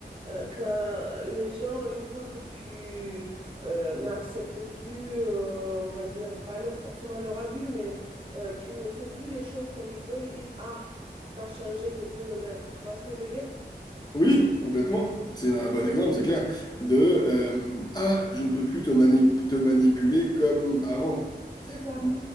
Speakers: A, on the right; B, on the left.
A: euh, quand les gens, une fois que tu euh, n'acceptes plus, euh, on va dire, pas leur, forcément leur abus, mais euh, tu ne fais plus les choses comme ils veulent, ils disent, Ah, t'as changé, t'es plus le même. Tu vois ce que je veux dire?
B: Oui, complètement. C'est un bon exemple, c'est clair. De euh, ah, je ne peux plus te mani- te manipuler comme avant.
A: C'est ça.
B: Ou-